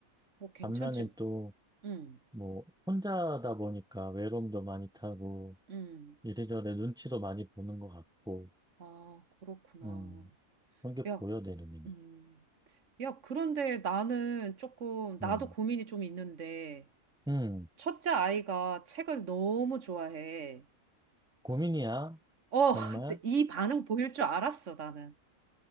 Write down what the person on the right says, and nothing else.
뭐 괜찮지.
음,
음.
아, 그렇구나.
야,
음. 야, 그런데 나는 조금, 나도
고민이 좀 있는데,
첫째 아이가 책을 너무 좋아해.
어,
<laughs> 근데 이 반응 보일 줄 알았어, 나는.